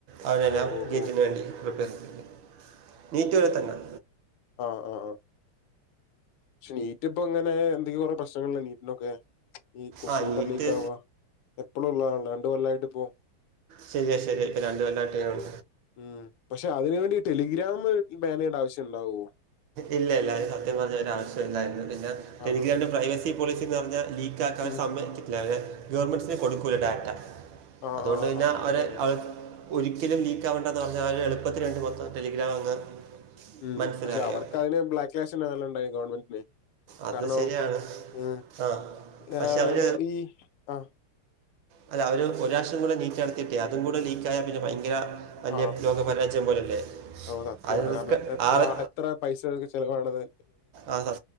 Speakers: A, on the right; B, on the left.
A: അവനെല്ലാം
B: ഓ ഓ
A: ഗേറ്റിന്
B: ഓ
A: വേണ്ടി പ്രറിപ്പയർ ചെയ് നീറ്റ് പോലെ തന്നെയെ
B: ആഹ് ആഹ് പക്ഷെ നീറ്റ് ഇപ്പം ഇങ്ങനെ എന്തെങ്കിലും ഒക്കെ പ്രശ്നങ്ങളാ നീറ്റിനൊക്കെ ഈ കൊസ്റ്റ്യൻപേപ്പർ
A: ആ നീറ്റ്
B: ലീക്ക് ആവാ എപ്പഴും ഉള്ളതാണല്ലോ രണ്ട് കൊല്ലായിട്ട് ഇപ്പോ
A: ശരിയ ശരിയാ ഇപ്പം രണ്ടു കൊല്ലമായിട്ട്
B: ഉം പക്ഷെ അതിന് വേണ്ടി ഈ ടെലിഗ്രാം ബാൻ ചെയ്യുന്ന ആവശ്യമുണ്ടാവുമോ
A: ഇല്ല ഇല്ല അതിന് സത്യം പറഞ്ഞാ ഒരു ആവശ്യമില്ലായിരുന്നു പിന്നെ
B: ആ
A: ടെലിഗ്രാമിന്റെ പ്രൈവസി പോളിസി എന്ന് പറഞ്ഞാൽ ലീക്ക്
B: ഉം.
A: <unintelligible> ഗവൺമെന്റിന് കൊടുക്കൂല്ല ഡാറ്റ
B: ആ
A: അതുകൊണ്ട്
B: ആ ആ
A: തന്നെ
B: ആ ആ
A: അവരെ
B: അങ്ങനെ.
A: അവർ ഒരിക്കലും ലീക്ക് ആവേണ്ടതന്ന് പറഞ്ഞാൽ എളുപ്പത്തിൽ രണ്ട് മൊത്തം ടെലിഗ്രാം അങ്ങ്
B: ഉം
A: മനസ്സിലായോ
B: പക്ഷെ അവർക്ക് അതിന് <unintelligible> നല്ല ഉണ്ടായിക്കാണും ഗവൺമെന്റിന്
A: അത്
B: കാരണോ
A: ശരിയാണ്
B: ഉം
A: ആ
B: വേറെ
A: പക്ഷെ അവർ
B: ഈ ആഹ്
A: അല്ല അവര് ഒര് പ്രാവിശ്യം കൂടെ നീറ്റ് നടത്തിട്ടെ അതും കൂടെ ലീക്കായാ പിന്നെ ഭയങ്കര വല്യ
B: ആ പിന്നെ
A: ലോക പരാജയം പോലല്ലേ
B: ഓ സത്യം
A: അതി റിസ്ക്ക്
B: കാരണം എത്ര എത്ര
A: ആറ്
B: എത്ര പൈസയാ അവർക്ക് ചിലവാണത്
A: ആഹ്